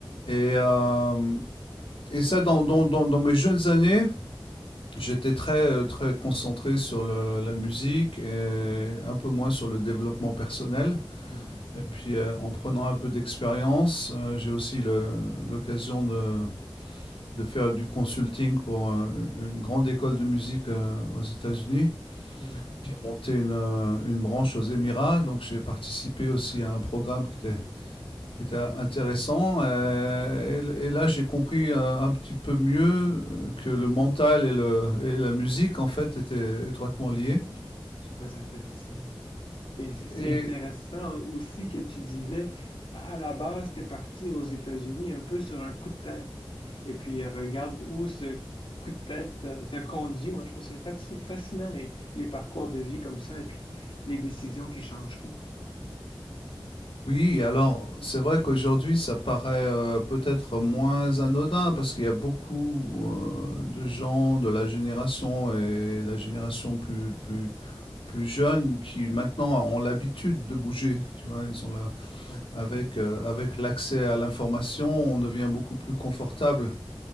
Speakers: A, on the left; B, on the left.
A: Et hem et ça dans dans dans dans mes jeunes années J'étais très, euh, très concentré sur le- la musique et un peu moins sur le développement personnel.
B: Mhm.
A: Et puis, euh, en prenant un peu d'expérience, euh, j'ai aussi le- l'occasion de, de faire du consulting pour euh, une grande école de musique euh, aux États-Unis
B: Mhm.
A: qui a monté une, euh, une branche aux Émirats. Donc, j'ai participé aussi
B: <laughs>
A: à un programme qui était qui était intéressant. euh, Et, et là, j'ai compris euh, un petit peu mieux que le mental et, le, et la musique, en fait, étaient étroitement liés.
B: Hmm, super intéressant. Et c'est
A: Et
B: intéressant aussi que tu disais, à la base, tu es parti aux États-Unis un peu sur un coup de tête. Et puis, euh, regarde où ce coup de tête euh, t'a conduit. Moi, je trouve ça fati- fascinant, les, les parcours de vie comme ça et puis les décisions qui changent tout.
A: oui, alors, c'est vrai qu'aujourd'hui, ça paraît euh, peut-être moins anodin parce qu'il y a beaucoup euh, de gens de la génération et la génération plus, plus, plus jeune qui maintenant ont l'habitude de bouger. Tu vois, ils ont la,
B: Ouais.
A: avec, euh, avec l'accès à l'information, on devient beaucoup plus confortable.